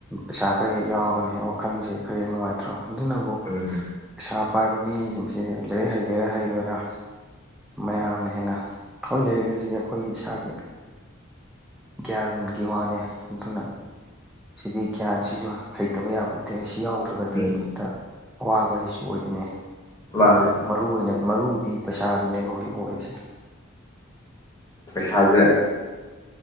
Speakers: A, in the centre; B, on the left (about 15°).
A: ꯄꯩꯁꯥ ꯈꯔ ꯍꯦꯛ ꯌꯥꯎꯔꯒꯅꯤ ꯋꯥꯈꯜꯁꯦ ꯈꯔ ꯍꯦꯛ ꯅꯨꯡꯉꯥꯏꯇ꯭ꯔꯣ ꯑꯗꯨꯅꯕꯨ
B: ꯎꯝ
A: ꯄꯩꯁꯥ ꯄꯥꯏꯕ ꯃꯤꯁꯤꯡꯁꯦ ꯂꯥꯏꯔꯤꯛ ꯍꯩꯒꯦꯔꯥ ꯍꯩꯔꯣꯏꯔꯥ ꯃꯌꯥꯝꯅ ꯍꯦꯟꯅ ꯍꯣꯏ ꯂꯩꯥꯏꯔꯤꯛ ꯑꯁꯤꯗꯤ ꯑꯩꯈꯣꯏꯒꯤ ꯏꯁꯥꯒꯤ ꯒ꯭ꯌꯥꯜꯒꯤ ꯋꯥꯅꯦ ꯑꯗꯨꯅ ꯁꯤꯗꯤ ꯒ꯭ꯌꯥꯟ ꯁꯤꯁꯨ ꯍꯩꯇꯕ ꯌꯥꯕꯣꯠꯇꯦ ꯁꯤ ꯌꯥꯎꯗ꯭ꯔꯒꯗꯤ
B: ꯎꯝ
A: ꯍꯦꯛꯇ ꯑꯋꯥꯕ ꯍꯥꯏꯁꯨ ꯑꯣꯏꯗꯣꯏꯅꯦ
B: ꯂꯥꯜꯂꯦ
A: ꯃꯔꯨ ꯑꯣꯏꯅ ꯃꯔꯨꯗꯤ ꯄꯩꯁꯥꯗꯨꯅꯦꯕ ꯍꯧꯖꯤꯛ ꯑꯣꯏꯔꯤꯁꯦ
B: ꯄꯩꯁꯥꯖꯦ